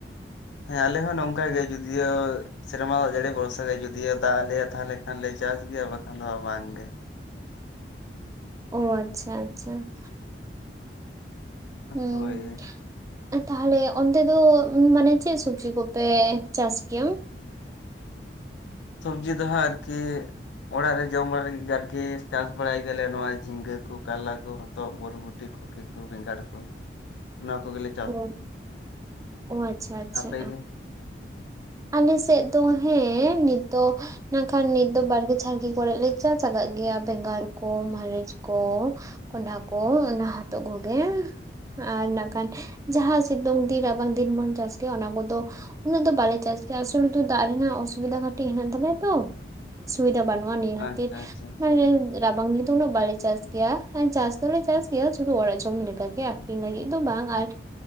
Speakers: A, on the left; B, on the right.
A: ᱦᱮᱸ ᱟᱞᱮ ᱦᱚᱸ ᱱᱚᱝᱠᱟ ᱜᱮ ᱡᱩᱫᱤᱭᱳ ᱥᱮᱨᱢᱟ ᱫᱟᱜ ᱡᱟᱹᱲᱤ ᱵᱷᱚᱨᱥᱟ ᱜᱮ ᱡᱩᱫᱤᱭᱳ ᱫᱟᱜ ᱟᱞᱮᱭᱟ ᱛᱟᱦᱚᱞᱮ ᱠᱷᱟᱱ ᱞᱮ ᱪᱟᱥ ᱜᱮᱭᱟ ᱵᱟᱠᱷᱟᱱ ᱫᱚ ᱵᱟᱝ ᱜᱮ᱾
B: ᱳ ᱟᱸᱪᱪᱷᱟ ᱟᱸᱪᱪᱷᱟ ᱾ ᱦᱩᱸ
A: ᱦᱳᱭ
B: ᱟᱨ ᱛᱟᱦᱚᱞᱮ ᱚᱱᱛᱮ ᱫᱚ ᱢᱟᱱᱮ ᱪᱮᱫ ᱥᱚᱵᱡᱤ ᱠᱚᱯᱮ ᱪᱟᱥ ᱜᱮᱭᱟ?
A: ᱥᱚᱵᱡᱤ ᱫᱚᱦᱟᱸᱜ ᱟᱨᱠᱤ ᱚᱲᱟᱜ ᱨᱮ ᱡᱚᱢ ᱵᱟᱲᱟ ᱞᱟᱹᱜᱤᱫ ᱜᱮ ᱟᱨᱠᱤ ᱜᱮ ᱪᱟᱥ ᱵᱟᱲᱟᱭ ᱜᱮᱭᱟᱞᱮ ᱱᱚᱣᱟ ᱡᱷᱤᱸᱜᱟᱹ ᱠᱚ ᱠᱟᱨᱞᱟ, ᱠᱚ ᱦᱚᱛᱚᱫ, ᱵᱚᱨᱵᱚᱴᱤ, ᱠᱚᱯᱤ, ᱠᱚ ᱵᱮᱸᱜᱟᱲ ᱠᱚ ᱱᱚᱣᱟ ᱠᱚᱜᱮ ᱞᱮ
B: ᱚ ᱚ ᱟᱪᱪᱷᱟ ᱟᱪᱪᱷᱟ
A: ᱟᱯᱮ ᱜᱮ
B: ᱟᱞᱮ ᱥᱮᱫ ᱫᱚ ᱦᱮᱸ ᱱᱤᱛᱫᱚ ᱢᱮᱱᱠᱷᱟᱱ ᱱᱤᱛ ᱫᱚ ᱵᱟᱲᱜᱮ ᱡᱷᱟᱲᱜᱮ ᱠᱚᱨᱮ ᱞᱮ ᱪᱟᱥ ᱟᱠᱟᱫ ᱜᱮᱭᱟ ᱵᱮᱸᱜᱟᱲ ᱠᱚ ᱢᱟᱹᱨᱤᱪ ᱠᱚ ᱠᱚᱸᱰᱷᱟ ᱠᱚ ᱚᱱᱟ ᱦᱚᱛᱚᱜ ᱠᱚᱜᱮ ᱟᱨ <unintelligible> ᱡᱟᱦᱟᱸ ᱥᱤᱛᱩᱝ ᱫᱤᱱ ᱨᱟᱵᱟᱝ ᱫᱤᱱ ᱵᱚᱱ ᱪᱟᱥ ᱜᱮᱭᱟ ᱚᱱᱟ ᱠᱚᱫᱚ ᱩᱱᱟᱹᱜ ᱫᱚ ᱵᱟᱞᱮ ᱪᱟᱥ ᱜᱮᱭᱟ ᱟᱥᱚᱞᱚ ᱫᱟᱜ ᱨᱮᱱᱟᱜ ᱚᱥᱩᱵᱤᱫᱟ ᱠᱟᱹᱴᱤᱡ ᱦᱮᱱᱟᱜ ᱛᱟᱞᱮᱭᱟ ᱛᱚ ᱾ ᱥᱩᱵᱤᱫᱷᱟ ᱵᱟᱹᱱᱩᱜᱼᱟ ᱱᱤᱭᱟᱹ
A: ᱟᱪᱪᱷᱟ
B: ᱠᱷᱟᱹᱛᱤᱨ
A: ᱟᱪᱪᱷᱟ ᱟᱪᱪᱷᱟ
B: ᱢᱟᱱᱮ ᱨᱟᱵᱟᱝ ᱨᱮᱫᱚ ᱩᱱᱟᱹᱜ ᱵᱟᱞᱮ ᱪᱟᱥ ᱜᱮᱭᱟ ᱾ ᱪᱟᱥ ᱫᱚᱞᱮ ᱪᱟᱥ ᱜᱮᱭᱟ ᱥᱩᱫᱩ ᱚᱲᱟᱜ ᱡᱚᱢ ᱞᱮᱠᱟᱜᱮ ᱟᱠᱷᱨᱤᱧ ᱞᱟᱹᱜᱤᱫ ᱫᱚ ᱵᱟᱝ ᱟᱨ